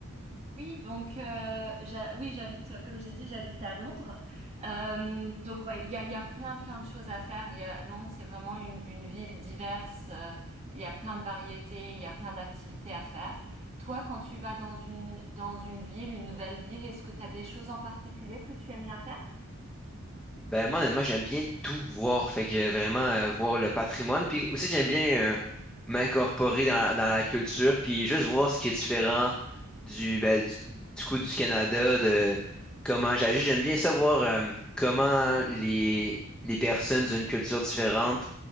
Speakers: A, on the right; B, in the centre.
A: Oui, donc euh, j'ha- oui, j'habite, euh, comme j'ai dit, j'habite à Londres. Euh, donc ouais, il y a, il y a plein plein de choses à faire. Il y a, Londres, c'est vraiment une, une ville diverse. euh, il y a plein de variétés, il y a plein d'activités à faire. Toi, quand tu vas dans une dans une ville, une nouvelle ville, est-ce que tu as des choses en particulier que tu aimes bien faire?
B: Ben moi, honnêtement, j'aime bien tout voir. Fait que vraiment euh, voir le patrimoine. Puis aussi, j'aime bien euh, m'incorporer dans la, dans la culture, puis juste voir ce qui est différent du, ben, du, du coup du Canada, de comment j'agis. J'aime bien savoir euh, comment les, les personnes d'une culture différente